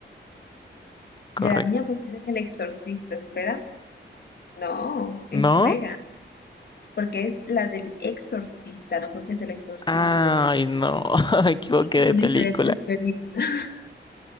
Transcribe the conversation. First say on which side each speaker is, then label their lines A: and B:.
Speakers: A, on the left (about 25°); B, on the left (about 60°).
A: correcto.
B: De la niña poseída en El Exorcista, espera. No, es
A: ¿No?
B: Regan, porque es la del Exorcista, no creo que es el exorcismo
A: Ay,
B: de Emily,
A: no, <laughs> me equivoqué
B: creo que
A: de
B: son
A: película.
B: diferentes películas. <laughs>